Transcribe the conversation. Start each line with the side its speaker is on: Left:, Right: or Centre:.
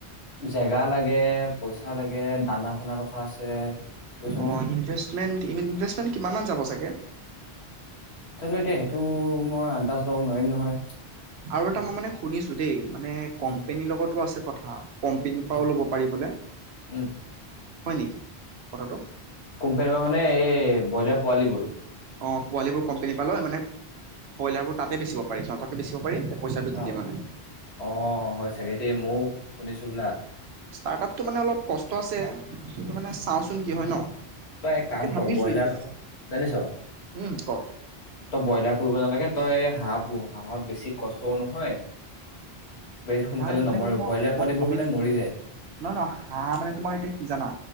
Left: জেগা লাগে, পইচা লাগে, দানা-চানাৰ কথা আছে। বুজিছ
Right: অঁ
Left: নে?
Right: ইনভেষ্টমেণ্ট, ইনভেষ্টমেণ্ট কিমানমান যাব চাগে?
Left: জানো এতিয়া সেইটো মই আন্দাজ লব নোৱাৰিম নহয়।
Right: আৰু এটা মই মানে শুনিছোঁ দেই, মানে কোম্পানীৰ
Left: উম
Right: লগতো আছে। কথা। কোম্পানীৰ পৰাও
Left: উম
Right: লব পাৰি বুলে। হয়
Left: উম
Right: নেকি কথাটো?
Left: কোম্পানীৰ পৰা মানে, এই ব্ৰইলাৰ পোৱালীবোৰ?
Right: অঁ, পোৱালিবোৰ কোম্পানীৰ পৰা লয় মানে ব্ৰইলাৰবোৰ তাতে বেচিব। পাৰি, পিছত সিহঁতকে বেচিব পাৰি। পইচাটো তেতিয়া
Left: অঁ,
Right: মানে
Left: অঁ হয় চাগে দে মৌ। শুনিছোঁ <unintelligible>
Right: ষ্টাৰ্টআপটো মানে অলপ কষ্ট আছে, কিন্তু মানে চাওঁচোন কি হয় ন?
Left: তই এক
Right: তাকে
Left: কাম
Right: ভাবিছো
Left: কৰ, ব্ৰইলাৰ
Right: এতিয়া
Left: <inaudible> জানিছ,
Right: উম ক
Left: তই ব্ৰইলাৰ পুহিবো নালাগে। তই হাঁহ পোহ, হাঁহত বেছি কষ্টও নহয়। বেছি সোনকালে
Right: নাই, মানে
Left: নমৰেও
Right: ম
Left: ব্ৰইলাৰ পোৱালিবোৰ
Right: মই ভাবিছো
Left: মানে মৰি যায়
Right: নহয়, নহয় হাঁহ মানে এতিয়া তোমাৰ কি জানা,